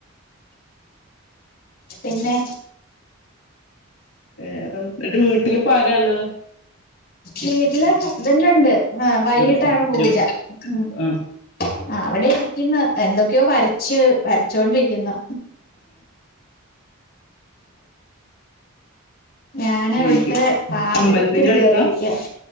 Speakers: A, on the left; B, on the left.
A: പിന്നെ
B: വേറെ ന്ന്ട്ട് വീട്ടിലിപ്പാരള്ള്
A: വീട്ടില് ഹസ്ബൻ്റ്ണ്ട് ആ വൈകിട്ടാണ്
B: ഉം
A: പൂജ
B: ജോ
A: ഉം
B: ആഹ്
A: ആ അവിടെ ഇരിക്കുന്ന് എന്തൊക്കെയോ വരച്ച് വരച്ചുകൊണ്ടിരിക്കുന്നു ഞാൻ
B: വൈകി
A: ഇവിടുത്തെ പാചകത്തിന്
B: അമ്പലത്തിന്റെ
A: കേറിയിരിക്കാ
B: അടുത്താ